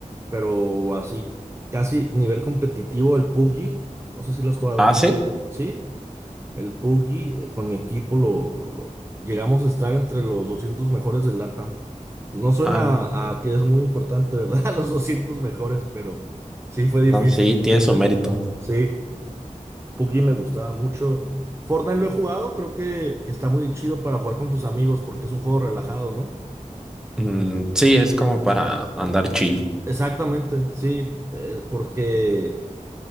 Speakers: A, on the right; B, in the centre.
A: pero así, casi nivel competitivo, el PUBG. No sé si lo has jugado.
B: ¿Ah, sí?
A: ¿Sí? El Puggy, eh, con mi equipo, lo, lo- llegamos a estar entre los 200 mejores del LATAM. No suena
B: Ah,
A: a que es muy importante, ¿verdad? <laughs> Los 200 mejores, pero sí fue difícil.
B: no, sí, tiene su
A: <laughs>
B: mérito.
A: Sí, Puggy me gustaba mucho. Fortnite lo he jugado, creo que, que está muy chido para jugar con tus amigos porque es un juego relajado, ¿no?
B: Mm, sí, es como para andar chill.
A: Exactamente, sí, eh, porque